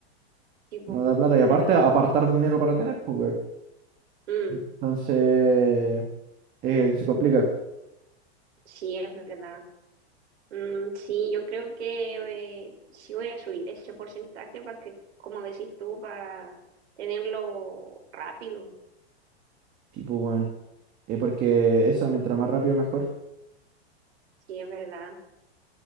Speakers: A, on the right; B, on the right.
A: tipo,
B: no da plata
A: es
B: y
A: verdad.
B: aparte apartar dinero para tener, pues, weón.
A: Mm,
B: Entonces, eh, se complica,
A: sí, es verdad. Mm, sí, yo creo que eh, sí voy a subir ese porcentaje para que, como decís tú, para tenerlo rápido.
B: tipo, weón. Eh, porque eso, mientras más rápido, mejor.
A: Sí, es verdad.